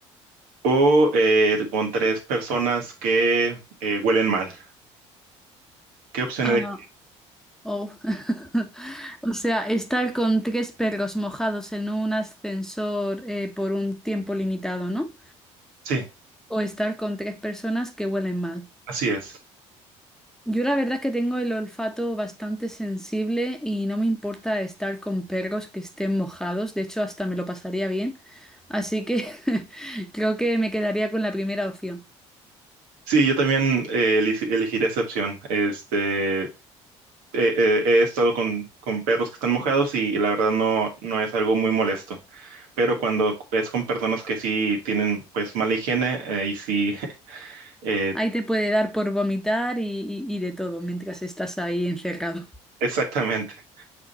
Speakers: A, on the right (about 75°); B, in the centre.
A: o eh, con tres personas que eh, huelen mal. ¿Qué opción
B: Ah,
A: eleg-
B: oh. <laughs> O sea, estar con tres perros mojados en un ascensor eh, por un tiempo limitado, ¿no?
A: Sí,
B: O estar con tres personas que huelen mal.
A: así es.
B: Yo la verdad es que tengo el olfato bastante sensible y no me importa estar con perros que estén mojados, de hecho hasta me lo pasaría bien, así que <laughs> creo que me quedaría con la primera opción.
A: Sí, yo también eh, eli- elegiría esa opción. Este, eh, eh, he estado con, con perros que están mojados y, y la verdad no, no es algo muy molesto pero cuando es con personas que sí tienen pues mala higiene eh, y sí Eh,
B: Ahí te puede dar por vomitar y, y- y de todo mientras estás ahí encerrado.
A: exactamente.